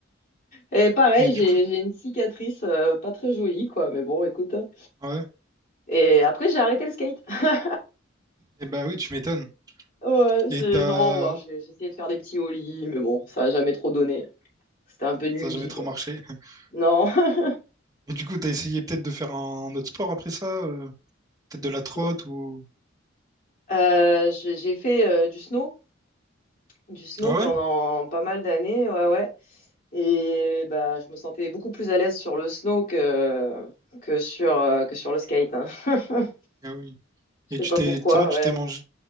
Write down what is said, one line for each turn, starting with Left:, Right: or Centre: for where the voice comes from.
Left: Et pareil,
Right: Et du
Left: j'ai
Right: coup,
Left: j'ai une cicatrice euh, pas très jolie, quoi. Mais bon, écoute. hein.
Right: ouais.
Left: Et après, j'ai arrêté le skate. <laughs>
Right: Et bah oui, tu m'étonnes.
Left: Ouais, je...
Right: Et t'as
Left: non, ou alors j'ai j'ai essayé de faire des petits ollies, mais bon, ça a jamais trop donné. C'était un peu une
Right: ça
Left: lubie,
Right: a jamais trop
Left: quoi.
Right: marché. <laughs>
Left: Non. <laughs>
Right: Et du coup, t'as essayé peut-être de faire un autre sport après ça, euh, peut-être de la trotte
Left: Ouais.
Right: ou
Left: Euh, j'ai j'ai fait euh, du snow, du snow
Right: ah
Left: pendant
Right: ouais?
Left: pas mal d'années, ouais, ouais. Et bah, je me sentais beaucoup plus à l'aise sur le snow que que sur euh, que sur le skate. hein. <laughs>
Right: Ah oui.
Left: Je
Right: Et
Left: sais
Right: tu
Left: pas
Right: t'es
Left: pourquoi,
Right: ça va, tu
Left: ouais.
Right: t'es mangé,